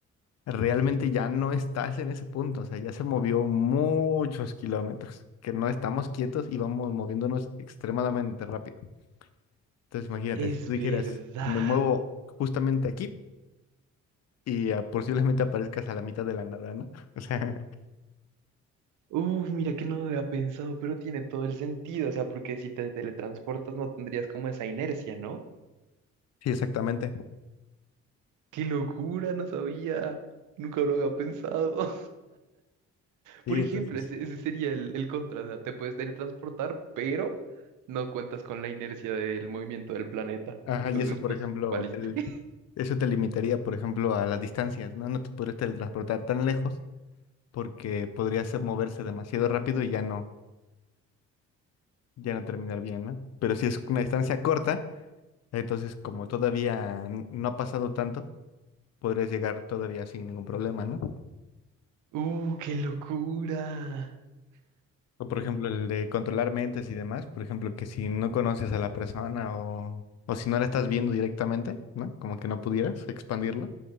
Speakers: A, on the left; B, on the right.
A: realmente ya no estás en ese punto, o sea, ya se movió muchos kilómetros. que no estamos quietos y vamos moviéndonos extremadamente rápido. Entonces imagínate,
B: Es
A: si tú dijeras,
B: verdad.
A: me muevo justamente aquí y ah, posiblemente aparezcas a la mitad de la nada, ¿no? <laughs> O sea,
B: Uh, mira que no lo había pensado, pero tiene todo el sentido. O sea, porque si te teletransportas no tendrías como esa inercia, ¿no?
A: Sí, exactamente.
B: ¡Qué locura! No sabía. Nunca lo había pensado.
A: Sí,
B: Por ejemplo,
A: entonces,
B: ese, ese sería el, el contra, o sea, te puedes teletransportar, pero no cuentas con la inercia del movimiento del planeta.
A: ajá,
B: Entonces,
A: y eso, por
B: pues,
A: ejemplo,
B: valiste.
A: te-
B: <laughs>
A: eso te limitaría, por ejemplo, a las distancias, ¿no? No te podrías teletransportar tan lejos porque podrías ser- moverse demasiado rápido y ya no, ya no terminar bien, ¿no? Pero si es una distancia corta, entonces como todavía n- no ha pasado tanto, podrías llegar todavía sin ningún problema, ¿no?
B: ¡Uh, qué locura!
A: O por ejemplo, el de controlar mentes y demás, por ejemplo, que si no conoces a la persona o, o si no la estás viendo directamente, ¿no? Como que no pudieras expandirlo.